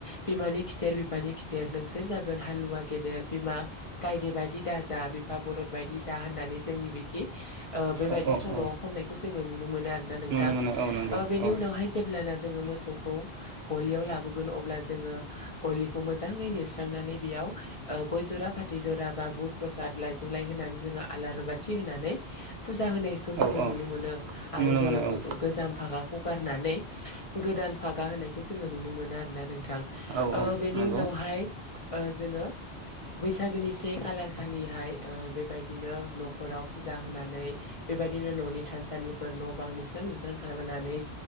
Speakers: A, on the left (about 45°); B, on the right (about 70°).
A: बिमानि खिथेर बिफानि खिथेर नोंसोर जागोन हालुवा गेदेर बिमा गायदे बायदि दाज जा बिफा बलद बायदि जा होननानै जोंनि बिखि बेबायदि
B: औ औ
A: सल'
B: औ
A: खननायखौ जोङो नुनो मोनो आरोना नोंथां
B: नुनो मोनो औ नंगौ
A: बेनि
B: औ
A: उनावहाय जेब्लाना जोङो मोसौ खौ गलियाव लाबोगोन अब्ला जोङो गलिखौ मोजाङै लिरस्रांनानै बेयाव गय जरा फाथै जरा बा बुद प्रसाद लाइजौलाय होनानै जोङो आलारि बाथि होनानै फुजा होनाय
B: औ
A: जोङो
B: औ
A: नुनो मोनो
B: नुनो
A: आरो जोङो
B: मोनो औ
A: गोजाम फागाखौ गारनानै गोदान फागा होनायखौ जोङो नुनो मोनो आरो ना नोंथां
B: औ औ
A: बेनि
B: नंगौ
A: उनावहाय जोङो बैसागोनि से खालार खालिहाय बेबायदिनो न'खराव फुजा होनानै बेबायायदिनो न'नि थानसालिफोर न' बां लिरस्रां लुस्रां खालामनानै